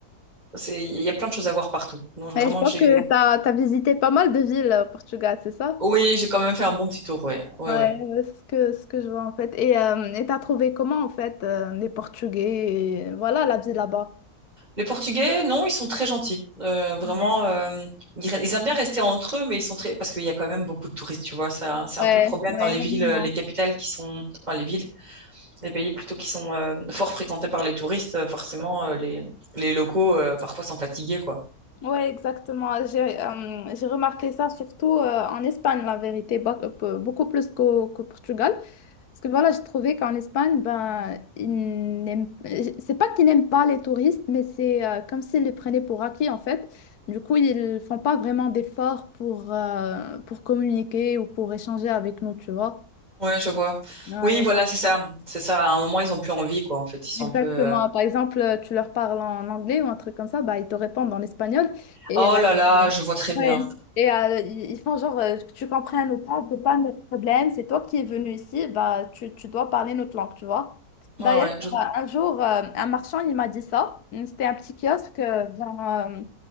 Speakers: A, on the right (about 25°); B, on the left (about 80°).
A: c'est, il y a plein de choses à voir partout. Donc vraiment,
B: Ouais, je pense
A: j'ai,
B: que t'as, t'as visité pas mal de villes euh, au Portugal, c'est ça?
A: oui, j'ai quand même fait un bon petit tour. Ouais, ouais,
B: Ouais,
A: ouais.
B: euh, c'est ce que, ce que je vois en fait. Et euh, et t'as trouvé comment en fait euh, les Portugais, et voilà la vie là-bas.
A: Les Portugais, non, ils sont très gentils. Euh, vraiment,
B: Ouais,
A: euh, ils, re- ils aiment bien rester entre eux, mais ils sont très... Parce qu'il y a quand même beaucoup de touristes, tu vois. Ça, c'est
B: ouais,
A: un peu le problème
B: ouais,
A: dans les
B: énormément.
A: villes, euh, les capitales qui sont... Enfin, les villes, les pays plutôt qui sont euh, fort fréquentés par les touristes. euh, Forcément, euh, les, les locaux, euh, parfois, sont fatigués, quoi.
B: Ouais, exactement. J'ai euh, j'ai remarqué ça surtout euh, en Espagne, la vérité, ba- peu- beaucoup plus qu'au qu'au Portugal. Parce que voilà, j'ai trouvé qu'en Espagne, ben, ils n'aiment- euh, c'est pas qu'ils n'aiment pas les touristes, mais c'est euh, comme s'ils les prenaient pour acquis, en fait. Du coup, ils font pas vraiment d'efforts pour, euh, pour communiquer ou pour échanger avec nous, tu vois.
A: Ouais, je vois.
B: Ouais.
A: Oui, voilà, c'est ça. C'est ça. À un moment, ils ont plus envie, quoi, en fait. Ils sont
B: Exactement.
A: un peu... euh,
B: Par exemple, euh, tu leur parles en anglais ou un truc comme ça, bah, ils te répondent en espagnol. Et,
A: Oh
B: euh,
A: là là, je vois très
B: ouais.
A: bien.
B: Et euh, ils ils font genre, euh, que tu comprennes ou pas, c'est pas notre problème, c'est toi qui es venu ici, bah, tu, tu dois parler notre langue, tu vois.
A: Ouais,
B: D'ailleurs,
A: ouais. je-
B: euh, un jour, euh, un marchand, il m'a dit ça. C'était un petit kiosque euh, dans, euh,